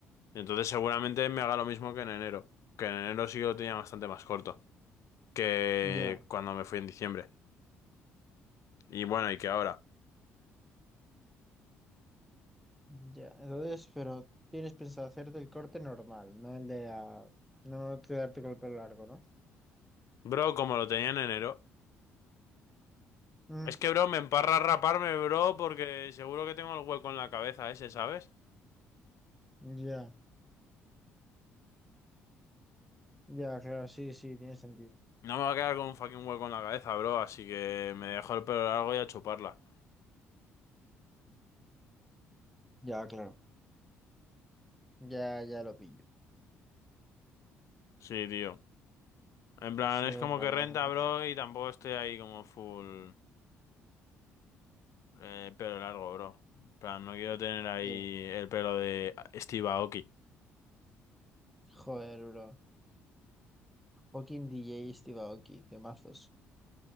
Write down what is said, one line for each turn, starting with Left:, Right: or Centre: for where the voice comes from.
Left: Entonces seguramente me haga lo mismo que en enero, que en enero sí que lo tenía bastante más corto que
Centre: ya,
Left: cuando me fui en diciembre. Y bueno, y que ahora.
Centre: ya. Entonces, pero tienes pensado hacerte el corte normal, no el de la... no quedarte con el pelo largo, ¿no?
Left: Bro, como lo tenía en enero.
Centre: Mm,
Left: Es que, bro, me emparra raparme, bro, porque seguro que tengo el hueco en la cabeza ese, ¿sabes?
Centre: ya. Ya, claro, sí, sí, tiene sentido.
Left: No me va a quedar con un fucking hueco en la cabeza, bro, así que me dejo el pelo largo y a chuparla.
Centre: Ya, claro. Ya, ya lo pillo.
Left: Sí, tío. En
Centre: Entonces,
Left: plan,
Centre: si
Left: es
Centre: es
Left: como
Centre: rayado,
Left: que renta,
Centre: Max.
Left: bro, y tampoco estoy ahí como full eh, pelo largo, bro. En plan, no quiero tener ahí
Centre: Sí.
Left: el pelo de Steve Aoki.
Centre: Joder, bro. Fucking DJ Steve Aoki, temazos.